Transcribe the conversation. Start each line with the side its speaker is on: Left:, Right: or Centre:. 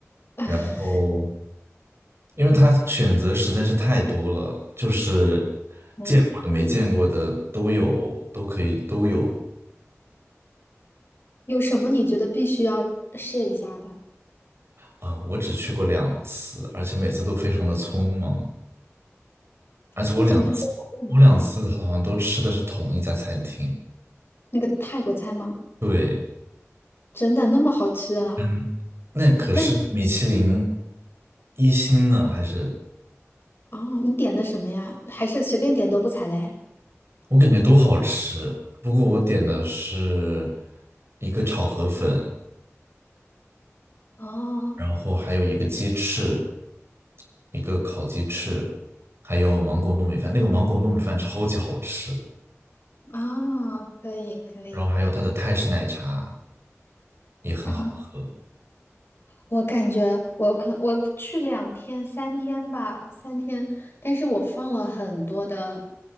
Left: <laughs>
Right: 然后因为它选择实在是太多了，就是
Left: 嗯，
Right: 见过的、没见过的都有，都可以都有。
Left: 有什么你觉得必须要试一下的？
Right: 啊、我只去过两次，而且每次都非常的匆忙，而且我两次，
Left: 你怎么不说法棍片？
Right: 我两次好像都吃的是同一家餐厅。
Left: 那个泰国菜吗？
Right: 对，
Left: 真的那么好吃啊？
Right: 嗯，那可是米其林
Left: 那
Right: 一星呢，还是
Left: 哦，你点的什么呀？还是随便点都不踩雷？
Right: 我感觉都好吃。不过我点的是一个炒河粉，
Left: 哦，
Right: 然后还有一个鸡翅。一个烤鸡翅，还有芒果糯米饭。那个芒果糯米饭超级好吃，
Left: 啊，可以可以。
Right: 然后还有它的泰式奶茶也很好喝。
Left: 啊。我感觉我可我去两天三天吧，三天，但是我放了很多的